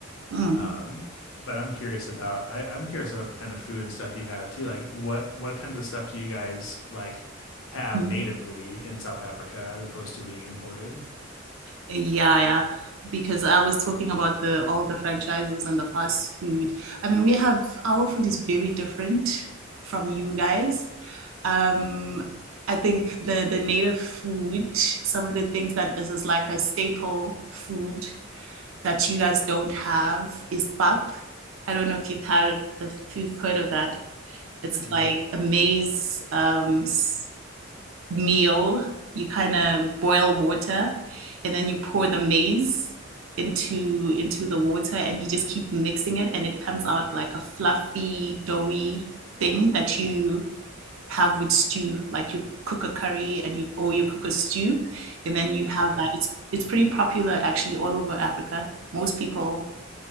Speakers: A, on the right; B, on the left.
A: Mm.
B: Um, but I'm curious about I, I'm curious about the kind of food and stuff you have too. Like what what kind of stuff do you guys like have
A: mm-hmm.
B: natively in South Africa as opposed to being imported?
A: Yeah, yeah. Because I was talking about the all the franchises and the fast food. I mean, we have our food is very different from you guys. Um, I think the the native food, some of the things that is, is like a staple food that you guys don't have is pap. I don't know if you've had if you've heard of that. It's
B: Mm-mm.
A: like a maize um, s- meal, you kind of boil water and then you pour the maize into into the water and you just keep mixing it and it comes out like a fluffy, doughy thing that you have with stew. Like you cook a curry and you or you cook a stew and then you have
B: Okay.
A: that. It's it's pretty popular actually all over Africa. Most people